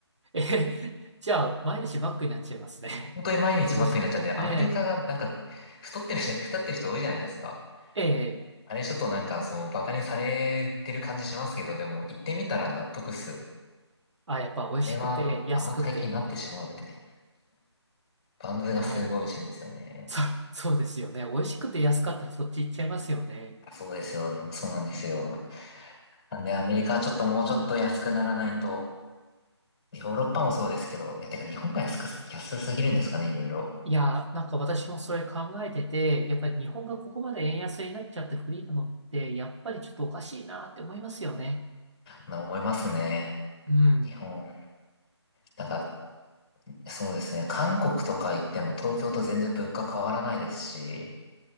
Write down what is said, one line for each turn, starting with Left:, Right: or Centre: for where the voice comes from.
Right: ぁ。え、<laughs> じゃあ、毎日バックになっちゃいますね。
Left: 本当に毎日マックになっちゃうんで、
Right: <laughs> 美味しくて。
Left: アメリカがなんか
Right: ね
Left: 太ってるじゃ、太ってる人多いじゃないですか。
Right: ええ、え
Left: あれちょっとなんかそのバカにされてる感じしますけど、でも行ってみたら納得っす。
Right: あ、やっぱ美味しくて、
Left: あれはあの、
Right: 安くて、
Left: あの体型になってしまうって。
Right: みたいな。
Left: バンズがすごい美味しいんですよね。
Right: いやー、そ、そうですよね。美味しくて安かったらそっち行っちゃいますよね。
Left: あそうですよ。そうなんですよ。なんでアメリカはちょっともうちょっと安くならないと、ヨーロッパもそうですけど、いや、てか日本が安くす、安すぎるんですかね、いろいろ。
Right: いやー、なんか私もそれ考えてて、やっぱり日本がここまで円安になっちゃってフリーなのって、やっぱりちょっとおかしいなって思いますよね。
Left: なんか思いますね。
Right: うん。
Left: 日本だから、そうですね。韓国とか行っても東京と全然物価変わらないですし、